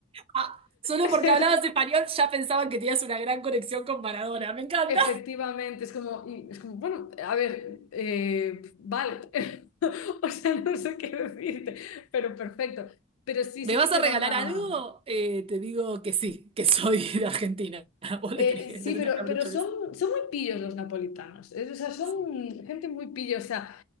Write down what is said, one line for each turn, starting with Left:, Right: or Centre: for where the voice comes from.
Right: Ah, solo
Left: <laughs>
Right: porque hablabas español ya pensaban que tenías una gran conexión con Maradona. Me encanta.
Left: Efectivamente, es como, y es como, bueno, a ver, eh, vale. <laughs> O sea, no sé qué decirte, pero perfecto. Pero sí,
Right: ¿Me
Left: sí
Right: vas
Left: que te
Right: a regalar
Left: van a,
Right: algo? Eh, te digo que sí, que soy de Argentina. <laughs> Vos
Left: Eh,
Right: le tenés, que
Left: sí,
Right: le tendrías
Left: pero,
Right: que haber
Left: pero
Right: dicho
Left: son,
Right: eso.
Left: son muy pillos los napolitanos. Es- o sea, son
Right: Sí.
Left: gente muy pilla, o sea,